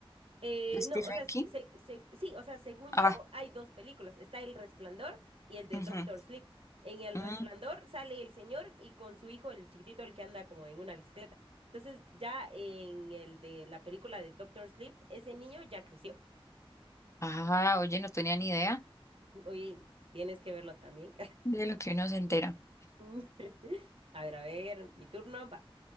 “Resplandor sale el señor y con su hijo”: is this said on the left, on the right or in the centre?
Right